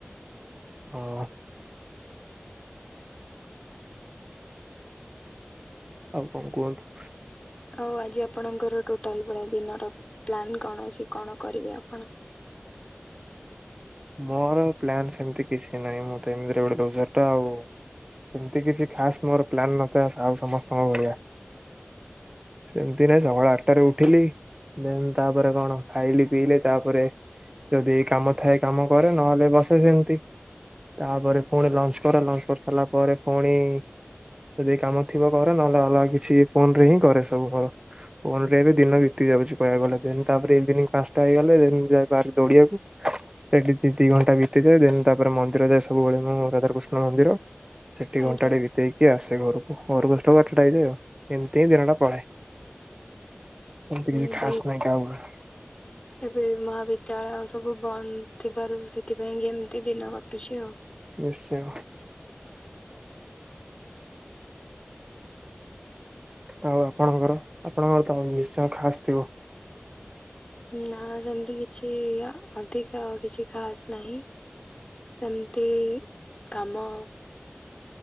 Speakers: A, on the right; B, on the left.
A: ହଁ। ଆଉ କଣ କୁହନ୍ତୁ?
B: ହଉ ଆଜି ଆପଣ ଆପଣଙ୍କର ଟୋଟାଲ ପୁର ଦିନର ପ୍ଲାନ୍ କଣ ଅଛି କଣ କରିବେ ଆପଣ?
A: ମୋର ପ୍ଲାନ୍ ସେମିତି କିଛି ନାହିଁ ମଁ ଏମିତି ଗୋଟେଡର ଟା ଆଉ। ସେମିତି କିଛି ଖାସ୍ ମୋର ପ୍ଲାନ ନଥାଏ ଆଉ ସମସ୍ତଙ୍କ ଭଳିଆ ସେମତି ନାାଇଁ ସକାଳ ଆଠଟାରେ ଉଠିଲି ଦେନ୍ ତାପରେ କଣ ଖାଇଲି ପିଇଲେ ତାପରେ ଯଦି କାମ ଥାଏ। କାମ କରେ ନହେଲେ ବସେ ସେମତି ତାପରେ ପୁଣି ଲଞ୍ଚ କର ଲଞ୍ଚ କରି ସାରିଲା ପରେ ପୁଣି ଯଦି କାମ ଥିବ କରେ ନହେଲେ ଅଲଗା କିଛି ଫୋନ ରେ ହିଁ କରେ ସବୁ କ ଫୋନ ରେ ଏ ବି ଦିନ ବିତି ଯାଏ କହିବାକୁ ଗଲେ ତାପରେ ଇଭିି ପାଞ୍ଚଟା ହେଇଗ ଯ ଦୌିବାକୁ ସେଠିି ଦି ଘଣ୍ଟା ବିତିଯାଏ ଦେନ ତାପରେ ମନ୍ଦିର ଯାଏ ସବୁବେଳେ ମୁଁ ରାଧାକୃଷ୍ଣ ମନ୍ଦିର ସେଠି
B: ଆଜ୍ଞା
A: ଘଣ୍ଟାଟେ ବିତେଇକି ଆସ ଘରକୁ ଆସିଲା ବେଳେକୁ ଆଠଟା ହେଇଯାଏ ଆଉ ଏମିତିଁ ଦିନ ଟା କଳ ଏମିତି କିଛି
B: ଏବେ
A: ଖାସ ନାଇଁ କାହାକୁରେ
B: ଏବେ ମହାବିଦ୍ୟାଳୟ ସବୁ ବନ୍ଦ ଥିବାରୁ ସେଥିପାଇଁ କି ଏମିତି ଦିନ କଟୁଛି ଆଉ।
A: ନିଶ୍ଚୟ। ଆଉ ଆପଣଙ୍କର ଆପଣଙ୍କର ତ ନିଶ୍ଚୟ ଖାସ ଥିବ
B: ନା ସେମିତି କିଛି ଅଧିକ କିଛି ଖାସ୍ ନାହିଁ। ସେମତି କାମ